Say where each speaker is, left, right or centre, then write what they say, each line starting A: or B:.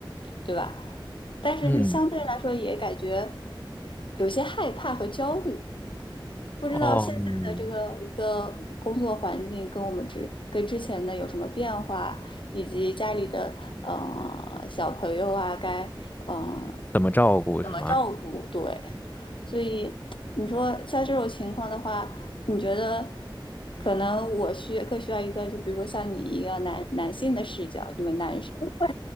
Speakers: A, on the left (about 70°); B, on the left (about 20°).
A: 对吧？但是呢，
B: 嗯，
A: 相对来说也感觉有些害怕和焦虑，不知道现在的这个一个工作环境跟我们之跟之前的有什么变化，
B: 哦，嗯
A: 以及家里的呃小朋友啊，该嗯、呃、
B: 怎么照顾是吗？
A: 怎么照顾，对。所以你说像这种情况的话，你觉得可能我需更需要一个，就比如说像你一个男男性的视角，你们男生会